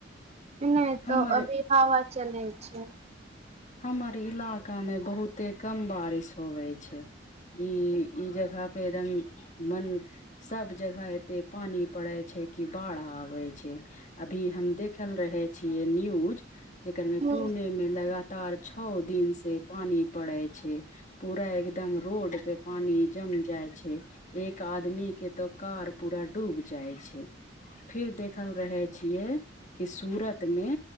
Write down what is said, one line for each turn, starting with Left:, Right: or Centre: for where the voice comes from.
Right: एने
Left: हमर
Right: तो अभी हवा चलै छै
Left: हमर इलाका मे बहुते कम बारिश होवेय छै ई ई जगह परे एकदम मन सब जगह एते पानी पड़ै छै कि बाढ़ आबै छै अभी हम देखल रहे छियै न्यूज जेकर मे
Right: ह
Left: पुणे मे लगा तार छओ दिन से पानी पड़े छै पूरा एकदम रोड पे पानि जम जाइ छै एक आदमी के त कार पूरा डूब जाइ छै फिर देखल रहै छियै कि सूरत मे